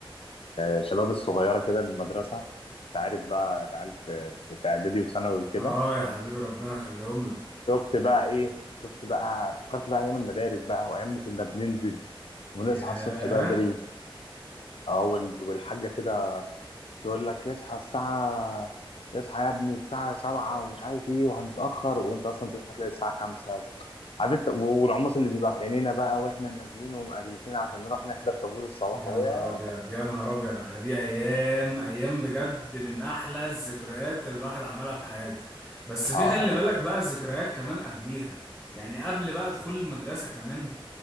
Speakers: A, on the left; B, in the centre.
A: الشباب الصغيره كده للمدرسه انت عارف بقى العيال في في في اعدادي وثانوي وكده
B: اه يا حبيبي ربنا يخليهم لك
A: شفت بقى ايه شفت بقى افتكرت بقى ايام المدارس بقى وايام ما كنا بننزل ونصحى
B: ياه
A: الصبح بدري اه وال- والحاجه كده تقول لك اصحى الساعة اصحى يا ابني الساعة سبعة ومش عارف ايه وهنتأخر وانت اصلا تصحى تلاقي الساعة خمسة عارف انت والعمص اللي بيبقى في عينينا بقى واحنا نازلين ومقريفين عشان نروح نحضر طابور الصباح
B: يا
A: ويا
B: نهار ابيض يا نهار ابيض على دي ايام ايام بجد من احلى الذكريات اللي الواحد عملها في حياته بس في
A: اه
B: خلي بالك بقى الذكريات كمان قبليها يعني قبل بقى دخول المدرسة كمان